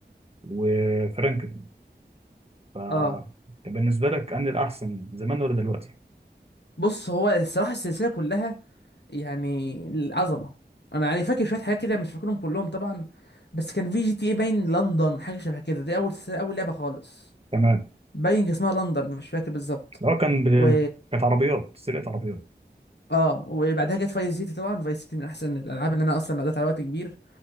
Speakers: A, on the right; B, on the left.
A: وفرانكل ف
B: اه
A: بالنسبة لك أنهي الأحسن زمان ولا دلوقتي؟
B: بص هو الصراحه السلسله كلها يعني العظمه انا يعني فاكر شويه حاجات كده مش فاكرهم كلهم طبعا بس كان في جي تي اي باين لندن حاجه شبه كده دي اول سلسله اول لعبه خالص
A: تمام
B: باين اسمها لندن مش فاكر بالظبط
A: لو كان ب...
B: و
A: كانت عربيات سرقة عربيات
B: اه وبعدها جت فايس سيتي طبعا فايس سيتي من احسن الالعاب ان انا اصلا قضيت على وقت كبير